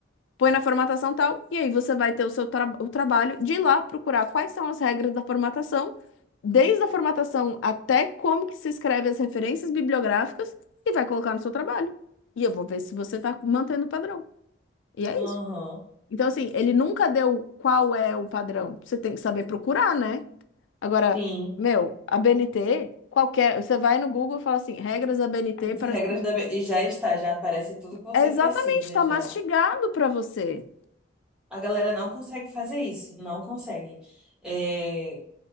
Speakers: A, on the left; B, in the centre.
A: põe na formatação tal, e aí você vai ter o seu tra- o trabalho de ir lá procurar quais são as regras da formatação, desde a formatação até como que se escreve as referências bibliográficas, e vai colocar no seu trabalho. E eu vou ver se você está mantendo o padrão. E é
B: aham.
A: isso. Então, assim, ele nunca deu qual é o padrão. Você tem que saber procurar, né? Agora,
B: Sim.
A: meu, a BNT, qualquer. Você vai no Google e fala assim: regras da BNT
B: As
A: para.
B: regras da... be- E já está, já aparece tudo que você
A: É exatamente,
B: precisa,
A: está
B: já.
A: mastigado para você.
B: A galera não consegue fazer isso, não consegue. Eh,